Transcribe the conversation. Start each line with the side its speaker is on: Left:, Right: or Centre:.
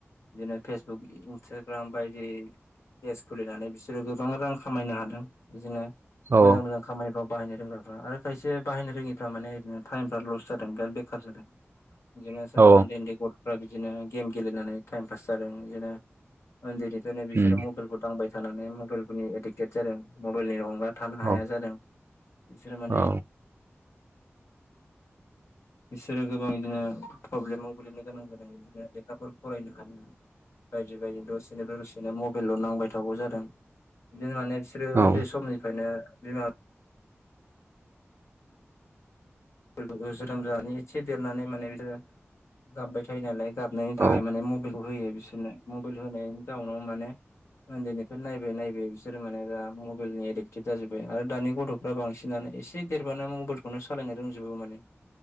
Left: बिदिनो फेसबुक, इन्सटाग्राम बायदि पेज खुलिनानै बिसोरो गोबां रां खामायनो हादों बिदिनो
Right: औ
Left: मोजां मोजां खामानिफ्राव बाहायनो रोंग्राफ्रा आरो खायसे बाहायनो रोङिफ्रा माने ओरैनो थाइमफ्रा लस जादों बिराद बेखार जादों।
Right: <inaudible>
Left: बिदिनो सोरबा
Right: औ
Left: ओन्दै ओन्दै गथ'फ्रा बिदिनो गेम गेलेनानै थाइम फास जादों बिदिनो ओन्दैनिफ्रायनो बिसोरो
Right: उम
Left: मबाइलखौ दांबाय थानानै मबाइल फोरनि एडिक्टेड जादों मबाइलनि अनगा थानो
Right: औ
Left: हाया जादों बिसोरो माने
Right: औ
Left: बिसोरो गोबां बिदिनो प्रब्लेमाव गोलैनो गोनां जादों बिदिनो लेखाफोर फरायनो हाया बायदि बायदि दसेनिफाय दसेनो मबेलल' नांबाय थागौ जादों बिदिनो माने रो
Right: औ
Left: ओन्दै समनिफ्रायनो बिमा <unintelligible> जोनोम जानानै इससे देरनानै माने बिसोरो गाबबाय थायो नालाय गाबनायनि
Right: औ
Left: थाखाय माने मबाइलखौ होयो बिसोरनो मबाइल होनायनि जाउनाव माने ओन्दैनिफ्राय नायबाय नायबाय बिसोरो माने दा मबाइल नि एडिक्टेड जाजोब्बाय आरो दानि गथ' फ्रा बांसिनानो एसे देरबानो मबाइलखौनो सालायनो रोंजोबो माने